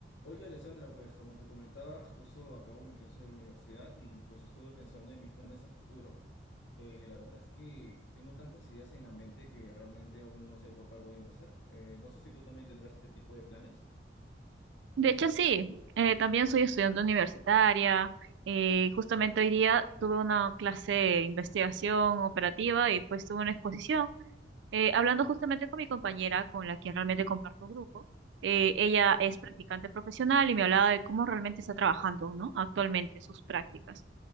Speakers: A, on the left; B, on the right.
A: Oye, Alessandra, pues como te comentaba, justo acabo mi clase de la universidad y pues estuve pensando en mis planes a futuro. Eh, la verdad es que tengo tantas ideas en la mente que realmente aún no sé por cuál voy a empezar. Eh, no sé si tú también tendrás este tipo de planes.
B: De hecho, sí, eh, también soy estudiante universitaria. eh, justamente hoy día tuve una clase de investigación operativa y pues tuve una exposición. eh, hablando justamente con mi compañera, con la que realmente comparto grupo, eh, ella es practicante profesional y me hablaba de cómo realmente está trabajando, ¿no? Actualmente sus prácticas.